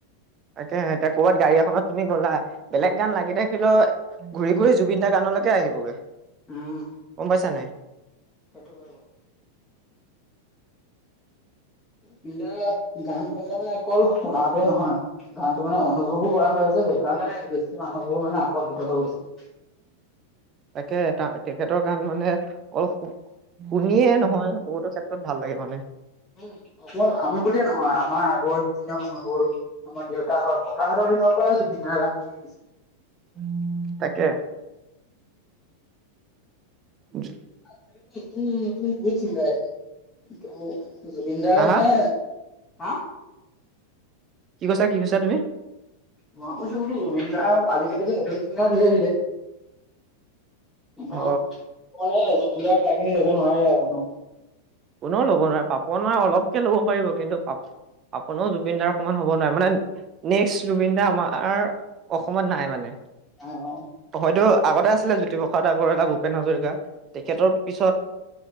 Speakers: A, on the right; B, on the left.
A: তাকেহে এতিয়া ক'ৰবাত গাড়ী এখনত তুমি গ'লা, বেলেগ গান লাগি থাকিলেও ঘূৰি ঘূৰি জুবিন দাৰ গানলৈকে আহিবগে।
B: উম।
A: গম পাইছা নাই?
B: সেইটো হয় অ। বিন দা গান <unintelligible> অকল শুনাটোৱে নহয় গানটো মানে অনুভৱো কৰা হয় আছে সেইকাৰণে বেছি মানুহবোৰ মানে আকৰ্ষিত হৈ গৈছে। <inaudible>
A: একে তা তেখেতৰ গান মানে অলপ হো- শুনিয়ে নহয় বহুতো ক্ষেত্ৰত ভাল লাগে মানে।
B: উম অকল আমি বুলিয়ে নহয় আমাৰ আগৰ দিনা মানুহবোৰ আমাৰ দেউতাহত, ককাহঁতৰ দিনৰ পৰাই জুবিন দাৰ গান শুনি আহিছে।
A: উম তাকে। জু-
B: আজিকালিতো নতুন নতুন বহুত চিংগাৰ কিন্তু জুবিন দাৰ
A: হা
B: মানে
A: হা
B: হা।
A: কি কৈছা কি কৈছা তুমি?
B: মই কৈছো বুলো জুবিন দাৰ আজিকালিতো নতুন ছিংগাৰ ঢেৰ আহিলে। কিন্তু
A: অ
B: পনে জুবিনদাৰ ঠাইখিনি ল'ব নোৱাৰে আৰু কোনো।
A: কোনেও ল'ব নোৱাৰে পাপন নাই অলপকে ল'ব পাৰিব কিন্তু পাপ- পাপনেও জুবিনদাৰ সমান হ'ব নোৱাৰে মানে নেক্স জুবিন দা আমাৰ অসমত নাই মানে।
B: নাই অ।
A: হয়তো আগতে আছিলে জ্যোতিপ্ৰসাদ আগৰৱালা, ভূপেন হাজৰিকা তেখেতৰ পিছত